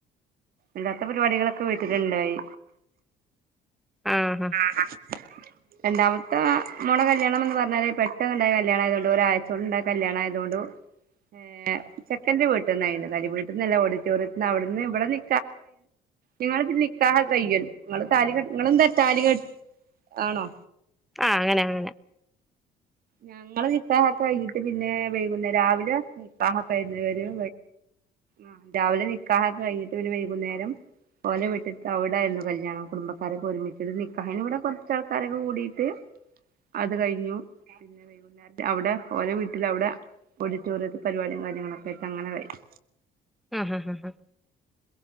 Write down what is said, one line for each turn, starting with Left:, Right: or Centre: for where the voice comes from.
Right: ഇല്ലാത്ത പരിപാടികളൊക്കെ വീട്ടിലുണ്ടായി
Centre: ആഹാ ഹ
Right: ആഹ് രണ്ടാമത്തെ മോളെ കല്യാണംന്ന് പറഞ്ഞാല് പെട്ടെന്നുണ്ടായ കല്യാണം ആയതൊണ്ട് ഒരാഴ്ച്ചോണ്ട്ണ്ടായ കല്യാണായതുകൊണ്ട് ഏഹ് ചെക്കന്റെ വീട്ടന്നായിരുന്നു കരി വീട്ടന്നല്ല ഓഡിറ്റോറിയത്തിന്ന് അവിടെന്ന് ഇവിടെ നി നിങ്ങിക്കാഹ കയ്യും നിങ്ങൾ താലി കെട്ട് കെ നിങ്ങ എന്താ താലി കെ ആണോ
Centre: ആഹ് അങ്ങനെ അങ്ങനെ
Right: ഞങ്ങള് നിക്കാഹൊക്കെ കൈഞ്ഞിട്ട് പിന്നെ വൈകുന്നേ രാവിലെ നിക്കാഹ കഴുന്നവര ആഹ് രാവിലെ നിക്കാഹൊക്കെ കഴിഞ്ഞിട്ട് പിന്നെ വൈകുന്നേരം പോഓലെ വിട്ട് അവിടെ ആയിരുന്നു കല്യാണം കുടുംബക്കാരൊക്കെ ഒരുമിച്ചട്ട് നിക്കാഹിന് വിടെ കൊർച്ച് ആളൊക്കെ കൂടിട്ട്
Centre: <inaudible>
Right: അത് കഴിഞ്ഞു പിന്നെ വൈകുന്നേരത്തി അവിടെ ഓരോ വീട്ടില അവിടെ ഓഡിറ്ററിയത്തിൽ പരിപാടിം കാര്യങ്ങളൊക്ക ആയിട്ട്ങ്ങെനെ കഴിഞ്ഞു
Centre: ആഹ് ആഹ് ഹാ